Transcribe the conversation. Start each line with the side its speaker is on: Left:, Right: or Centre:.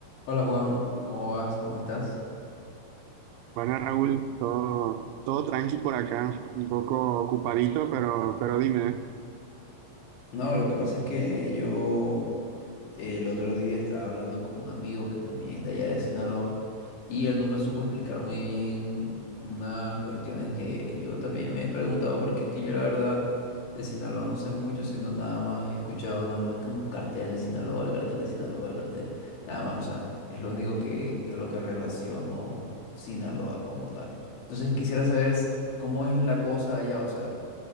Left: Hola Juan, ¿cómo vas? ¿Cómo estás?
Right: Bueno, Raúl, todo, todo tranqui por acá, un poco ocupadito, pero, pero dime.
Left: No, lo que pasa es que yo eh, el otro día estaba hablando con un amigo que también es de allá de Sinaloa y él no me supo explicar muy bien unas cuestiones que yo también me he preguntado porque es que yo la verdad de Sinaloa no sé mucho, sino nada más he escuchado nada más como cartel de Sinaloa, el cartel de Sinaloa, el cartel, nada más, o sea, es lo único que a lo que relaciono Sinaloa como tal. Entonces quisiera saber s- cómo es la cosa allá, o sea.